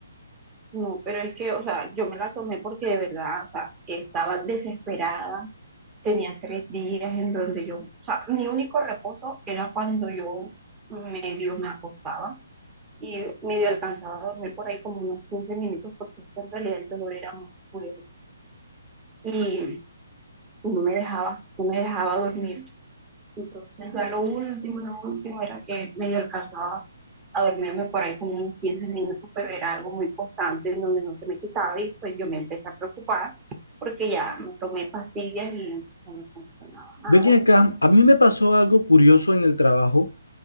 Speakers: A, on the right (about 20°); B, on the left (about 85°).
A: no, pero es que, o sea, yo me la tomé porque de verdad, o sea, estaba desesperada, tenía tres días en donde yo, o sea, mi único reposo era cuando yo medio me acostaba y medio alcanzaba a dormir por ahí como unos 15 minutos porque es que en realidad el dolor era muy fuerte y no me dejaba, no me dejaba dormir. Entonces ya lo último, lo último era que medio alcanzaba a dormirme por ahí como unos 15 minutos, pero era algo muy constante en donde no se me quitaba y pues yo me empecé a preocupar porque ya me tomé pastillas y no me funcionaba nada.
B: Ven acá, a mí me pasó algo curioso en el trabajo,